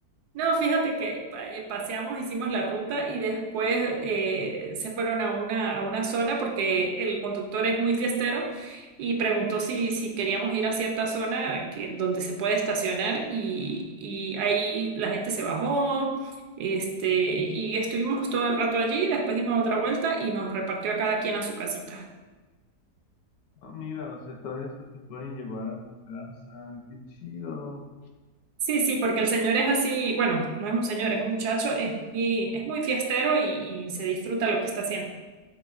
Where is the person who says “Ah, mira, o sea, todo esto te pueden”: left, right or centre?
Left